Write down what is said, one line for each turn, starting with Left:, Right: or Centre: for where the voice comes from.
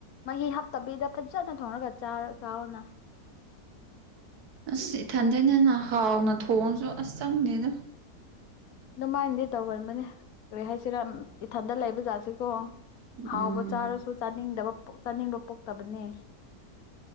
Left: ꯃꯍꯤ ꯍꯥꯞꯇꯕꯤꯗ ꯐꯖꯅ ꯊꯣꯡꯔꯒ ꯆꯥꯔ ꯆꯥꯎꯅ꯫
Right: ꯑꯁ ꯏꯊꯟꯗꯅ ꯍꯥꯎꯅ ꯊꯣꯡꯉꯁꯨ ꯑꯁ ꯆꯪꯗꯦꯗ
Left: ꯑꯗꯨꯃꯥꯏꯅꯗꯤ ꯇꯧꯒꯟꯕꯅꯦ ꯀꯔꯤ ꯍꯥꯏꯁꯤꯔꯥ ꯏꯊꯟꯗ ꯂꯩꯕꯖꯥꯁꯤꯀꯣ꯫ ꯍꯥꯎꯕ
Right: ꯎꯝ
Left: ꯆꯥꯔꯁꯨ ꯆꯥꯅꯤꯡꯗꯕ ꯆꯥꯅꯤꯡꯕ ꯄꯣꯛꯇꯕꯅꯦ꯫